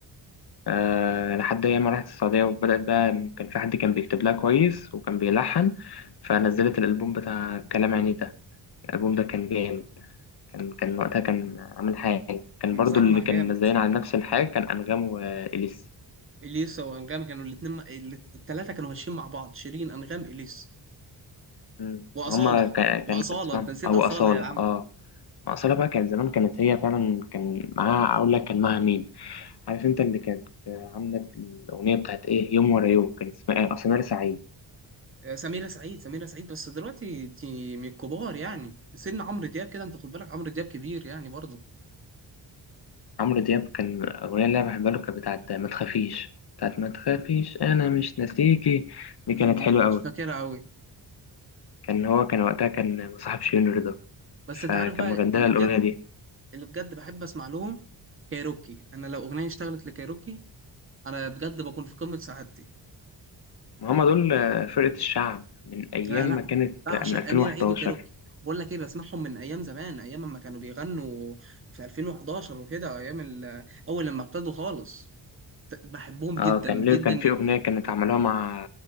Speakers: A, on the left; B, on the right.
A: أه لحد أيام ما رحت السعودية وبدأت بقى كان في حد كان بيكتب لها كويس وكان بيلحن فنزلت الألبوم بتاع كلام يعني ده الألبوم ده كان جامد كان كان وقتها كان عامل حاجة كان
B: مسمع
A: برضو اللي كان
B: جامد
A: منزلين على نفس الحاجة كان أنغام وإليسا
B: اليسا وانغام كانوا الاثنين الثلاثه كانوا ماشيين مع بعض شيرين انغام اليسا
A: مم.
B: واصاله
A: هما كا- كان
B: واصاله
A: كان اسمهم
B: انت نسيت
A: أو
B: اصاله
A: أصالة
B: يا عم
A: اه أصالة بقى كانت زمان كانت هي فعلا كان معاها أقول لك كان معاها مين عارف انت اللي كانت عامله الاغنيه بتاعت ايه يوم ورا يوم كان اسمها اصل نار سعيد
B: آه، سميرة سعيد سميرة سعيد بس دلوقتي دي من الكبار يعني سن عمرو دياب كده انت خد بالك عمرو دياب كبير يعني برضه
A: عمرو دياب كان الاغنيه اللي انا بحبها له كانت بتاعت ما تخافيش بتاعت ما تخافيش انا مش ناسيكي دي
B: مم،
A: كانت حلوه قوي
B: مش فاكرها قوي
A: كان هو كان وقتها كان مصاحب شيرين رضا
B: بس انت
A: فكان
B: عارف بقى
A: مغنيها
B: اللي
A: الاغنيه
B: بجد
A: دي
B: اللي بجد بحب اسمع لهم كايروكي انا لو اغنيه اشتغلت لكايروكي انا بجد بكون في قمه سعادتي
A: ما هم دول فرقه الشعب من ايام
B: لا لا
A: ما كانت
B: بعشق
A: من 2011
B: امير عيد وكايروكي بقول لك ايه بسمعهم من ايام زمان ايام ما كانوا بيغنوا في 2011 وكده ايام ال- اول لما ابتدوا خالص ت- بحبهم
A: اه
B: جدا
A: كان ليه
B: جدا
A: كان في
B: جدا
A: اغنيه كانت عملوها مع